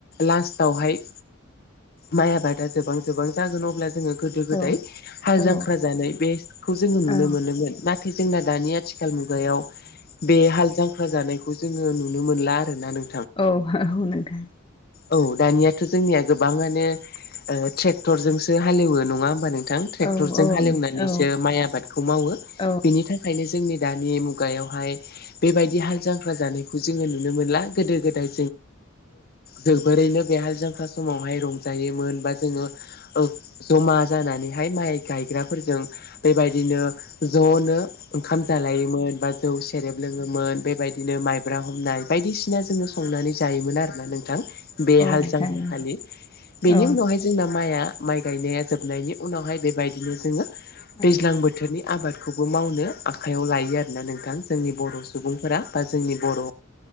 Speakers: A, on the left; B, on the left.
A: लास्टआवहाय माइ आबादा जोबां जोबां जागोन अब्ला जोङो गोदो गोदाय
B: औ
A: हाल
B: औ ओ
A: जांख्रा जानाय बेखौ जोङो नुनो
B: ओं
A: मोनोमोन नाथाय जोंना दानि आथि आथिखाल मुगायाव बे हाल जांख्रा जानायखौ जोङो नुनो मोनला आरोना नों
B: औ औ नोंथां
A: औ दानियाथ' जोंनिया गोबाङानो ट्रेक्टरजोंसो हालेवो नङा होमबा नों ट्रेक्टरजों
B: औ औ नोंथां औ ओं
A: हालेवनानैसो
B: उम औ
A: माइ आबादखौ मावो
B: औ
A: बेनि थाखायनो जोंनि दानि मुगायावहाय बेबायदि हाल जांख्रा जानायखौ जोङो नुनो मोनला गोदो गोदाय जोबोरैनो बेहाल जांख्रोरा समावहाय रंजायोमोन बा जोङो जमा जानानैहाय माइ गायग्राफोरजों बेबायदिनो ज'नो ओंखाम जालायोमोन बा जौ सेरेब लोङोमोन बेबायदिनो माइ खग्रा हमनाय बायदिसिना जोङो संनानै जायोमोन आरोना नोंथां बे हालजांखोरा
B: नोंथां नंगौ
A: खालि बेनिउनावहाय
B: औ
A: माइआ माइ गायनाया जोबनायनि उनावहाय बेबायदिनो जोङो
B: औ
A: दैज्लां बोथोर बोथोरनि आबादखौबो मावनो आखाइयाव लायो आरोना नोंथां जोंनि बर' सुबुंफोरा बा जोंनि बर'